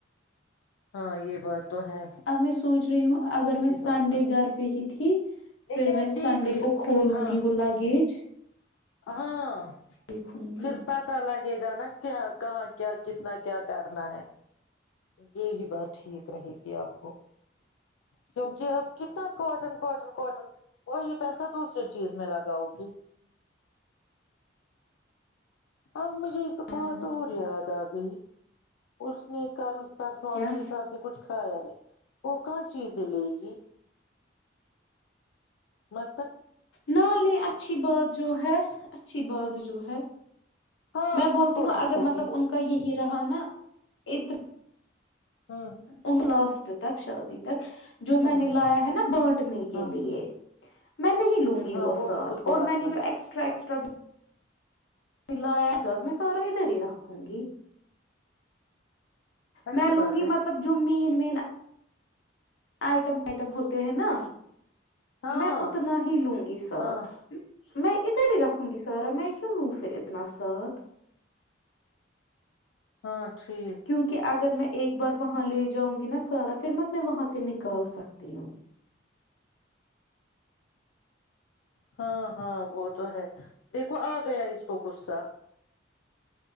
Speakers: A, on the left (about 90°); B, on the left (about 70°).
A: ہاں یہ بات تو ہے
B: اب میں سوچ رہی ہوں اگر میں
A: یہ بات
B: سنڈے
A: تو
B: گھر پہ ہی تھی <inaudible>
A: ہے لیکن
B: پھر
A: اب
B: میں
A: دیکھ
B: سنڈے
A: لی
B: کو کھولوں
A: ہاں
B: گی وہ لاگیج
A: ہاں <inaudible>
B: دیکھوں گی
A: شرپا تو الگ لے گا نا کیا کہاں کیا کتنا کیا کرنا ہے یہی بات ٹھیک رہے گی آپ کو کیونکہ آپ کتنا کاٹن کاٹن کاٹن وہی پیسہ دوسری چیز میں لگاؤ گی اب مجھے ایک بہت
B: ہاں
A: اور یاد آ گئی اس نے کل پرسوں
B: کیا
A: آپ کی سانس نے کچھ کھایا نہیں وہ ک چیز لے گی م
B: نہ لے اچھی بات جو ہے اچھی بات جو ہے
A: ہاں
B: میں
A: خود
B: بولتی
A: کو
B: ہوں
A: رکھو
B: اگر مطلب
A: گی
B: ان کا یہی ہی رہا نا اتنا
A: ہوں
B: انگ لاسٹ تک شعودی تک جو
A: ہاں
B: میں نے
A: ہاں
B: لایا ہے نا بانٹنے کے
A: ہاں
B: لیے میں نہیں لوں گی
A: ہاں
B: وہ ساتھ
A: بھی خود کو
B: اور
A: رکھنا
B: میں نے جو ایکسٹرا ایکسٹ تب پ لیا ساتھ میں سارا ادھر ہی رکھوں گی
A: اچھی
B: میں لوں
A: بات
B: گی
A: ہے
B: مطلب جو مین مین آئٹم آئٹم ہو ہیں نا
A: ہاں
B: میں اتنا ہی لوں گی ساتھ
A: ہاں
B: میں ادھر ہی رکھوں گی سارا میں کیوں لوں پھر اتنا ساتھ
A: ہاں ٹھیک
B: کیونکہ اگر میں ایک بار وہاں لے جاؤں گی نا سارا پھر مت میں وہاں سے نکال سکتی ہوں
A: ہاں ہاں وہ تو ہے دیکھو آ گیا اس کو غصہ